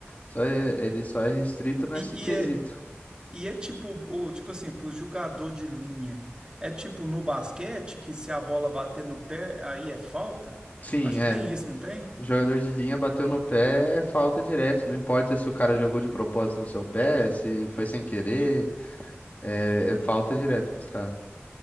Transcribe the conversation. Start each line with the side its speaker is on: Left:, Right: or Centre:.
Left: só é, ele só é restrito nesse
Right: E, e
Left: quesito.
Right: é, e é tipo, o, tipo assim, pro jogador de linha. É tipo no basquete, que se a bola bater no pé, aí é falta?
Left: Sim,
Right: Acho
Left: é.
Right: que tem isso, não tem?
Left: O jogador de linha bateu no pé, é falta direto. Não importa se o cara jogou de propósito no seu pé, se foi sem querer, é, é falta direto pros caras.